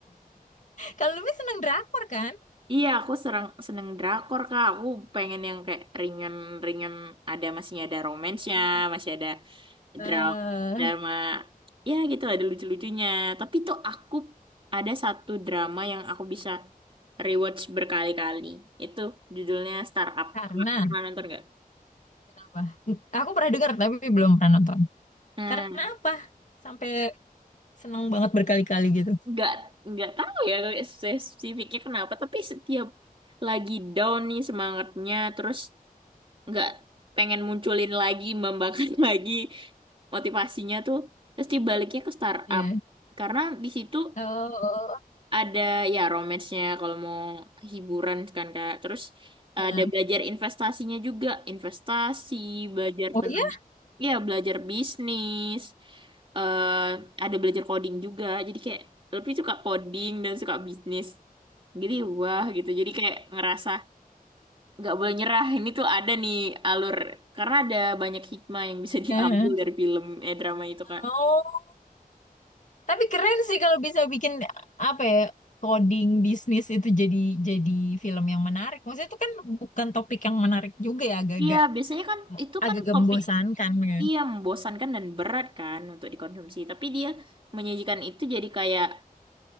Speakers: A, on the left (about 55°); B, on the right (about 35°).
A: kalau Luffy senang drakor kan?
B: Iya, aku serang, seneng drakor, Kak. Aku pengen yang kayak ringan-ringan, ada masih ada romansnya,
A: mm
B: masih ada
A: eh
B: drama, drama, ya gitu lah, ada lucu-lucunya. Tapi tuh aku ada satu drama yang aku bisa rewatch berkali-kali. Itu judulnya Startup.
A: karena
B: Kak, Pernah nonton nggak?
A: apa? Aku pernah dengar tapi belum pernah nonton.
B: Nah,
A: Karena apa? Sampai senang banget berkali-kali gitu.
B: nggak nggak tahu ya spesifiknya kenapa, tapi setiap lagi down nih semangatnya, terus nggak pengen munculin lagi membangkit <laughs> lagi motivasinya tuh pasti baliknya ke startup
A: Ya.
B: karena di situ
A: Oh, oh, oh
B: ada ya romance-nya kalau mau hiburan kan Kak terus
A: Nah.
B: ada belajar investasinya juga investasi belajar
A: Oh,
B: tentang
A: ya.
B: ya belajar bisnis eh ada belajar coding juga jadi kayak lebih suka coding dan suka bisnis jadi wah gitu jadi kayak ngerasa nggak boleh nyerah ini tuh ada nih alur karena ada banyak hikmah yang bisa <laughs> diambil
A: Eh.
B: dari film eh drama itu kak
A: Oh, tapi keren sih kalau bisa bikin apa ya coding bisnis itu jadi jadi film yang menarik. Maksudnya itu kan bukan topik yang menarik juga ya, agak-agak
B: iya biasanya kan itu
A: agak-agak
B: kan topik
A: membosankan ya.
B: iya membosankan dan berat kan untuk dikonsumsi tapi dia menyajikan itu jadi kayak